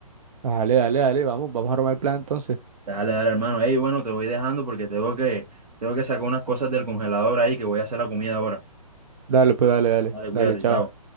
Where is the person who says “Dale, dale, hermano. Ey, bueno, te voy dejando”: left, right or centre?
Right